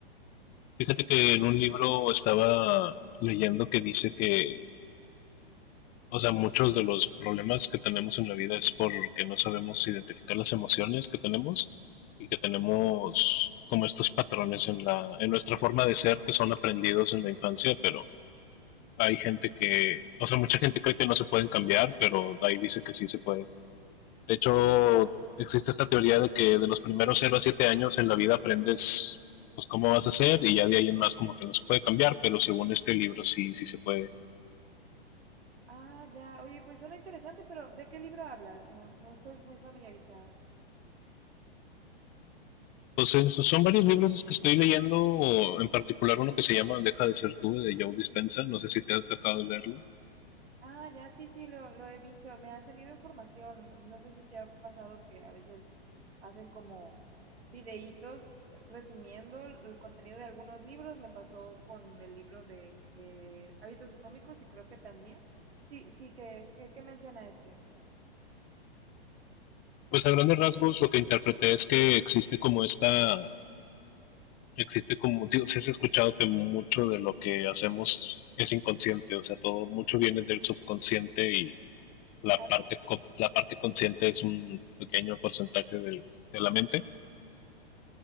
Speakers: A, on the left; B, on the right.
A: Fíjate que en un libro estaba leyendo que dice que, o sea, muchos de los problemas que tenemos en la vida es porque no sabemos identificar las emociones que tenemos y que tenemos como estos patrones en la, en nuestra forma de ser que son aprendidos en la infancia, pero hay gente que, o sea, mucha gente cree que no se pueden cambiar, pero ahí dice que sí se puede. De hecho, existe esta teoría de que de los primeros cero a 7 años en la vida aprendes pues cómo vas a hacer y ya de ahí en más como que no se puede cambiar, pero según este libro sí, sí se puede.
B: Ah, ya, oye, pues suena interesante, pero ¿de qué libro hablas? No, no estoy muy familiarizada.
A: Pues eso, son varios libros los que estoy leyendo, o en particular uno que se llama Deja de ser tú de Joe Dispenza. no sé si te ha tocado leerlo.
B: Ah, ya, sí, sí, lo, lo he visto, me ha salido información. No sé si te ha pasado que a veces hacen como videítos resumiendo el contenido de algunos libros. Me pasó con el libro de eh, Hábitos Atómicos y creo que también. Sí, sí, que, que, que menciona este.
A: Pues a grandes rasgos lo que interpreté es que existe como esta existe como, digo, si has escuchado que mucho de lo que hacemos es inconsciente, o sea, todo, mucho
B: Ujú,
A: viene del subconsciente y la
B: Así
A: parte,
B: es.
A: la parte consciente es un pequeño porcentaje de, de la mente.